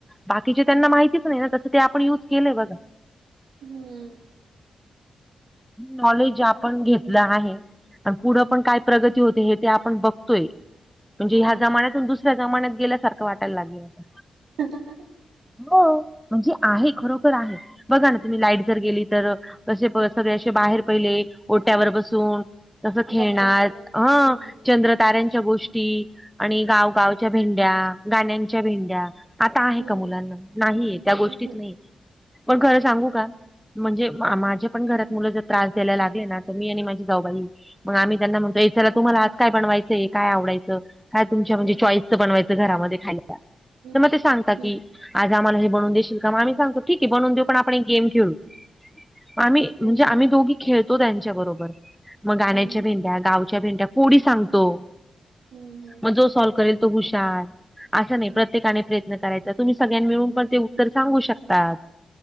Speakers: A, in the centre; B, on the right.
A: बाकीचे त्यांना माहितीच नाही ना तसं ते आपण युज केलंय बघा.
B: हम्म,
A: नॉलेज आपण घेतलं आहे आणि पुढं पण काय प्रगती होते हे ते आपण बघतोय म्हणजे
B: हो
A: ह्या
B: ना
A: जमान्यातून दुस ऱ्या जमान्यात गेल्यासारखं वाटायला लागले आता.
B: ह ह ह ह
A: हो म्हणजे आहे, खरोखर आहे. बघा ना तुम्ही लाईट जर गेली तर कसे सगळे असे बाहेर पहिले ओट्यावर बसून तस खेळणार
B: गप्पा मारायच
A: अ..
B: हम्म
A: चंद्र, ताऱ्यांच्या गोष्टी आणि गाव गावच्या भेंड्या, गाण्यांच्या भेंड्या, आता आहे
B: हम्म
A: का मुलांना नाहीये त्या गोष्टीच
B: हम्म
A: नाहीत पण खरं सांगू का? म्हणजे माझे पण घरात मुलं जर त्रास द्यायला लागले ना तर मी आणि माझी जाऊबाई, मग आम्ही त्यांना म्हणतो ए चला तुम्हाला आज काय बनवायचंय? काय आवडायचं? काय तुमच्या म्हणजे
B: हम्म
A: चॉईसचं बनवायचं घरामध्ये खायला?
B: हम्म
A: तर मग ते सांगता
B: हम्म
A: की, आज आम्हाला हे बवून देशील का? मग आम्ही सांगतो ठीक आहे, बनवून देऊ पण आपण एक गेम खेळू. मग आम्ही म्हणजे
B: हम्म
A: आम्ही दोघी खेळतो त्यांच्या बरोबर मग गाण्याच्या
B: हम्म
A: भेंड्या, गाव घ्या भेंड्या, कोडी सांगतो
B: हम्म
A: मग जो सॉल्व करेल तो हुशार. असं नाही प्रत्येकाने प्रयत्न करायचा. तुम्ही सगळ्यांनी मिळून पण ते उत्तर सांगू शकतात.